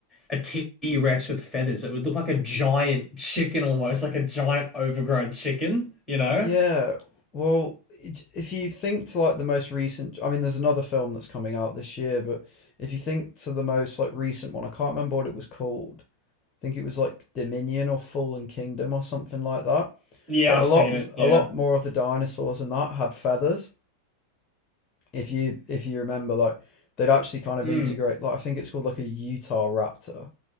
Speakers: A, in the centre; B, on the left (about 30°).
A: a T-Rex with feathers? It would look like a giant chicken almost, like a giant overgrown chicken, you know?
B: yeah, well, it- if you think to like the most recent, I mean, there's another film that's coming out this year, but if you think to the most like recent one, I can't remember what it was called I think it was like Dominion or Fallen Kingdom or something like that.
A: Yeah,
B: But
A: I've
B: a lot
A: seen it. Yeah.
B: a lot more of the dinosaurs in that had feathers. If you if you remember, like they'd actually kind of
A: Mm.
B: integrate. Like I think it's called like a Utah Raptor